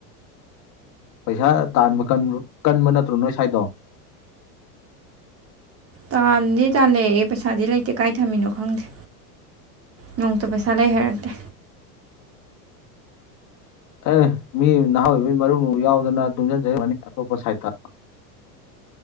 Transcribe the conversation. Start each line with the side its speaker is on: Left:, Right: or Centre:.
Left: ꯄꯩꯁꯥ ꯇꯥꯟꯕ ꯀꯟ ꯀꯟꯕ ꯅꯠꯇ꯭ꯔꯣ ꯅꯣꯏ ꯁꯥꯏꯗꯣ
Right: ꯇꯥꯟꯗꯤ ꯇꯥꯜꯅꯩꯌꯦ ꯄꯩꯁꯥꯗꯤ ꯂꯩꯇꯦ ꯀꯥꯏ ꯊꯝꯃꯤꯅꯣ ꯈꯪꯗꯦ ꯅꯣꯡꯃꯇ ꯄꯩꯁꯥ ꯂꯩ ꯍꯥꯏꯔꯛꯇꯦ
Left: ꯑꯦ ꯃꯤ ꯅꯍꯥ ꯑꯣꯏꯕꯒꯤ ꯃꯔꯨꯞ ꯒꯨꯝꯕ ꯌꯥꯎꯗꯅ ꯇꯨꯡꯁꯤꯟꯖꯩ ꯑꯣꯏꯔꯝꯅꯤ ꯑꯇꯣꯞꯄ ꯁꯥꯏꯠꯇ